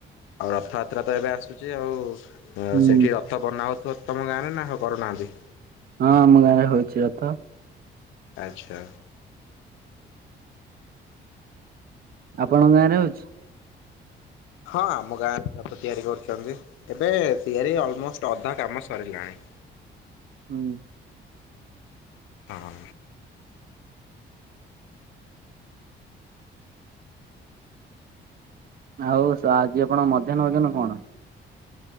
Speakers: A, on the left; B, on the right.
A: ଆଉ ରଥଯାତ୍ରା ତ ଏବେ ଆସୁଚି ଆଉ ଅ
B: ହୁଁ
A: ସେଠି
B: ହଁ
A: ର ଥ ବନା ହୋଉଥିବ ତମ ଗାଁରେ ନା କରୁନାହାନ୍ତି?
B: ହଁ ଆମ ଗାଁ ରେ ହୋଉଛି ରଥ।
A: ଆଚ୍ଛା।
B: ଆପଣଙ୍କ ଗାଁ ରେ ହୋଉଛି?
A: ହଁ ଆମ ଗାଁରେ ବି ରଥ ତିଆରି କରୁଛନ୍ତି। ଏବେ ତିଆରି ଅଲମୋଷ୍ଟ ଅଧା କାମ ସରିଲାଣି।
B: ହୁଁ
A: ଆଁ
B: ଆଉ ସ ଆଜି ଆପଣଙ୍କ ମଧ୍ୟାହ୍ନ ଭୋଜନ କଣ?